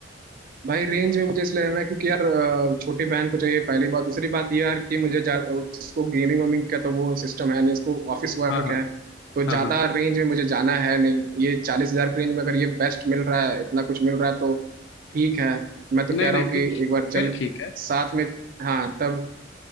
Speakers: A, on the right (about 50°); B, on the left (about 70°).
A: भाई रेंज में मुझे इसलिए लेना है क्योंकि यार अ, छोटी बहन को चाहिए पहली बात दूसरी बात ये यार कि मुझे जा- उसको गेमिंग वेमिंग का तो वो सिस्टम है नहीं इसको ऑफिस वर्क
B: हाँ हाँ
A: है तो
B: हाँ
A: ज़्यादा
B: हाँ
A: रेंज में मुझे जाना है नहीं ये चालीस हज़ार के रेंज में अगर ये बेस्ट मिल रहा है इतना कुछ मिल रहा है तो ठीक है मैं तो
B: नहीं
A: कह रहा
B: नहीं
A: हूँ कि
B: फिर
A: एक बार चल
B: फिर ठीक है
A: साथ में हाँ तब